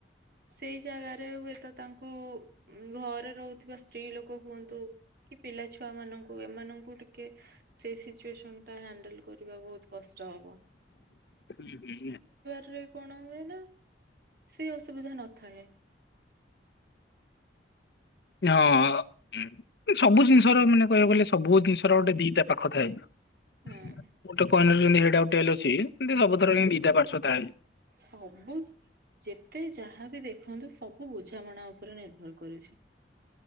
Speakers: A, on the right; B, on the left.
A: ସେଇ ଜାଗାରେ ହୁଏତ ତାଙ୍କୁ ଘରେ ରହୁଥିବା ସ୍ତ୍ରୀ ଲୋକ ହୁଅନ୍ତୁ କି ପିଲା ଛୁଆ ମାନଙ୍କୁ ଏମାନଙ୍କୁ ଟିକେ ସେଇ ସିଚୁଏସନ ଟା ହ୍ୟାଣ୍ଡେଲ କରିବା ବହୁତ କଷ୍ଟ। ହାଲୋ।
B: ଉ ହୁଁ।
A: କିଏ କଣ ହୁଏ ନା ସେ ଅସୁବିଧା ନଥାଏ।
B: ହଁ ସବୁ ଜିନିଷର ମାନେ କହିବାକୁ ଗଲେ ସବୁ ଜିନିଷର ଗୋଟେ ଦିଟା ପାଖ ଥାଏ ଗୋଟେ
A: ହୁଁ
B: କଏନର ଯେମିତି ହେଇଟା ଟେଲ ଅଛି ହେମିତି ସବୁଥର ହିଁ ଦିଟା ପାର୍ଶ୍ୱ ଥାଏ।
A: ସବୁ ଯେତେ ଯାହା ବିି ଦେଖନ୍ତୁ ସବୁ ବୁଝାମଣା ଉପରେ ନିର୍ଭର କରୁଛି।